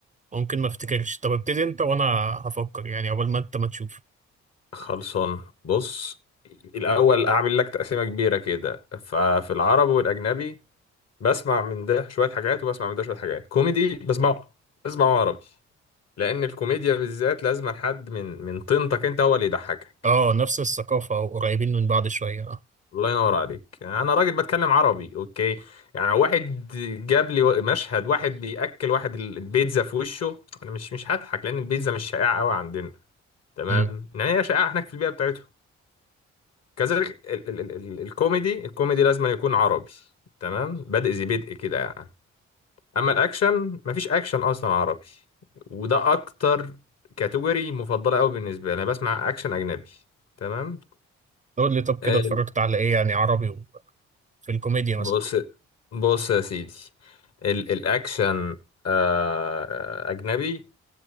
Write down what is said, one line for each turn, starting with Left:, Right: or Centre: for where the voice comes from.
Right: ممكن ما أفتكرش طب ابتدي أنت وأنا هفكر يعني عقبال ما أنت ما تشوف
Left: خلصان بص الاول اعمل لك تقسيمة كبيرة كده ففي العربي والاجنبي بسمع من ده شوية حاجات وبسمع من ده شوية حاجات كوميدي بسمعه بسمعه عربي لان الكوميديا بالذات لازم حد من من طينتك انت هو اللي يضحكك
Right: أه نفس الثقافة أو قريبين من بعض شوية أه
Left: الله ينور عليك انا راجل بتكلم عربي اوكي يعني واحد جاب لي و- مشهد واحد بياكل واحد ال- البيتزا في وشه انا مش مش هضحك لان البيتزا مش شائعه قوي عندنا تمام
Right: أمم.
Left: يعني هي شائعه هناك في البيئه بتاعته كذلك ال ال ال ال الكوميدي الكوميدي لازم أن يكون عربي تمام بدء ذي بدء كده يعني اما الاكشن مفيش اكشن اصلا عربي وده اكتر كاتيجوري مفضله قوي بالنسبه لي انا بسمع اكشن اجنبي تمام
Right: قول لي طب كده
Left: آه،
Right: اتفرجت على إيه يعني عربي وفي الكوميديا
Left: بص
Right: مثلا
Left: بص يا سيدي ال الاكشن آه، اجنبي